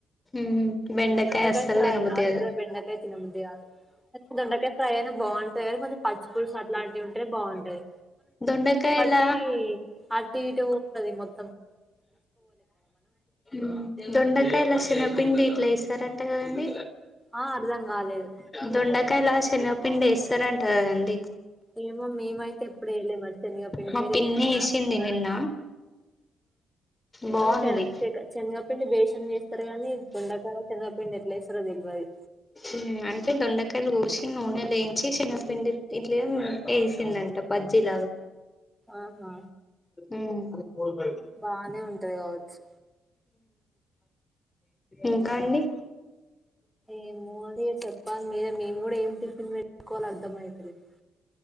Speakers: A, on the left; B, in the centre.
A: ఉమ్ బెండకాయ
B: దొండకాయ
A: అస్సలు
B: ఫ్రై
A: తినబుద్ధి
B: అసలు
A: కాదు
B: బెండకాయ తినబుద్ది కాదు దొండకాయ ఫ్రై అయినే బాగుంటది కాని కొంచెం పచ్చి పులుసు అట్లాంటివి ఉంటేనే బాగుంటది.
A: దొండకాయల
B: టీ అటు ఇటు ఉంటాది మొత్త
A: ఉ దొండకాయలాస్ చెనగపిండి ఇట్లా ఇస్తారంట కాదండి
B: ఆ అర్ధం కాలేదు
A: దొండకాయలాస్ చెన్గాపిండి వేస్తారంట కాదండి
B: ఏమో మేమైతే ఎప్పుడ వేయలే మరి శేనగపిండ్
A: మా
B: మీరు
A: పిన్ని
B: వేసిండ్రా
A: వేసింది నిన్న బాగుంది
B: ఆ చెడ చెక చెనగపిండి బేషన్ చేస్తారు కానీ దొండకాయ చెనగ పిండి ఎట్లేస్తారో తెల్వది
A: ఉ అంటే దొండకాయలు కోసి నూనెలెంచి చెనగపిండి ఇట్ల వేసిందంట బజ్జిలాగా
B: ఆహా
A: ఉ ఉ
B: బానే ఉంటది కావచ్చు
A: ఇంకా అండి
B: ఏమో మీరే చెప్పాలి మీరె మేము కూడా ఏం టిఫిన్ పెట్టుకోవాలి అర్ధంమయితలేదు